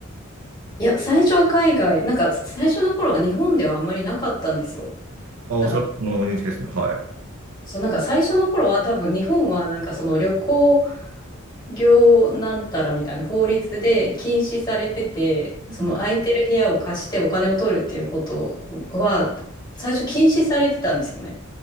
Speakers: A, on the left; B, on the right.
A: いや、最初は海外、なんか最初の頃は日本ではあまりなかったんですよ。
B: あ、おそらくその認識ですね。
A: なんか、
B: はい。
A: そう、なんか最初の頃は多分日本はなんかその旅行、業なんたらみたいな法律で禁止されてて、その空いてる部屋を貸してお金を取るっていうことは、
B: うん
A: 最初禁止されてたんですよね。